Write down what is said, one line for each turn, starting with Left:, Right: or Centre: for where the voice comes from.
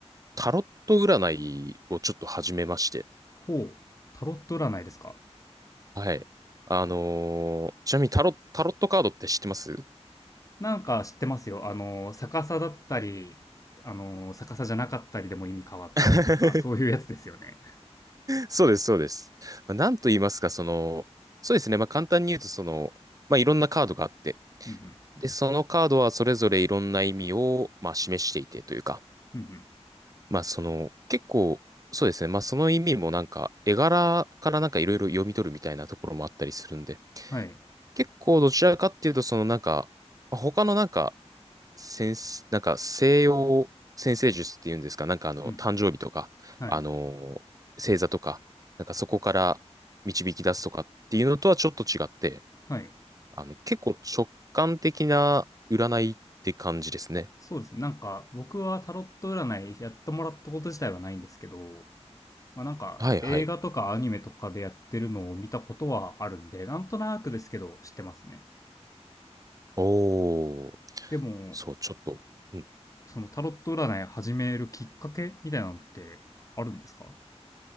Right: タロット占いをちょっと始めまして。
Left: ほう。タロット占いですか
Right: はい。あのーちなみにタロ、タロットカードって知ってます
Left: なんか知ってますよ。あの、逆さだったり、あの、逆さじゃなかったりでも意味変わったりとか、
Right: <laughs>
Left: そういうやつですよね。
Right: そうです、そうです。まあ、なんと言いますか、その、そうですね。まあ、簡単に言うと、その、まあ、いろんなカードがあって、
Left: うん
Right: で、そのカードはそれぞれいろんな意味を、まあ、示していてというか、
Left: うん。うんうん。
Right: まあその、結構、そうですね。まあその意味もなんか、絵柄からなんかいろいろ読み取るみたいなところもあったりするんで、
Left: はい。
Right: 結構どちらかっていうと、そのなんか、他のなんか、先生、なんか西洋先生術っていうんですか、なんかあの、
Left: うんうん。
Right: 誕生日とか、
Left: はい。
Right: あの星座とか、なんかそこから導き出すとかっていうのとはちょっと違って、
Left: はい。
Right: あの、結構直感的な占いって感じですね。
Left: そうですね。なんか、僕はタロット占いやってもらったこと自体はないんですけど、まあ、なんか映画とかアニメとかでやってるのを見たことはあるんで、
Right: はいはい。
Left: なんとなくですけど知ってますね。
Right: おー、
Left: でも、
Right: そう、ちょっと。うん
Left: そのタロット占い始めるきっかけみたいなのってあるんですか